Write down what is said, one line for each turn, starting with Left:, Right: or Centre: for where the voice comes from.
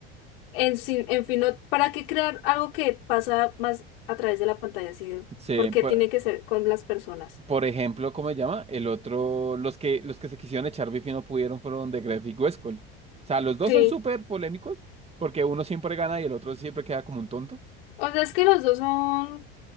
Left: En, sin- en fin, no- ¿para qué crear algo que pasa más a través de la pantalla? ¿sí?
Right: Sí,
Left: Porque
Right: por,
Left: tiene que ser con las personas.
Right: por ejemplo, ¿cómo se llama? El otro, los que, los que se quisieron echar beef y no pudieron fueron de Gref y Westcol. O sea, los dos
Left: Sí.
Right: son súper polémicos porque uno siempre gana y el otro siempre queda como un tonto.
Left: O sea, es que los dos son